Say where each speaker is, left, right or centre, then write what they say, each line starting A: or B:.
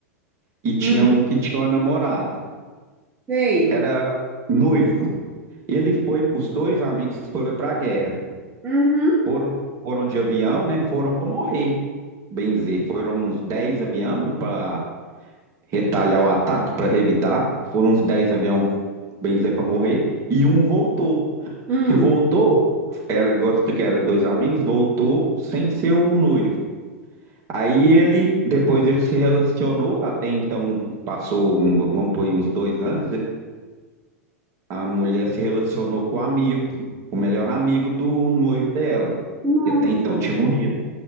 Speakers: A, on the right; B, on the right.
A: e tinha
B: hum,
A: um que tinha uma namorada.
B: sei,
A: Era noivo. Ele foi, os dois amigos foram para a guerra.
B: uhum,
A: Foram, foram de avião, né? Foram para morrer, bem dizer. Foram uns 10 avião para retalhar o ataque, para revidar. Foram uns 10 avião, bem dizer, para morrer. E um voltou.
B: hum,
A: O que voltou, era igual eu te expliquei, era dois amigos, voltou sem ser o noivo. Aí ele, depois ele se relacionou, até então passou, um- vamos pôr aí, uns dois anos, a mulher se relacionou com o amigo, o melhor amigo do noivo dela,
B: nossa,
A: que até então tinha morrido.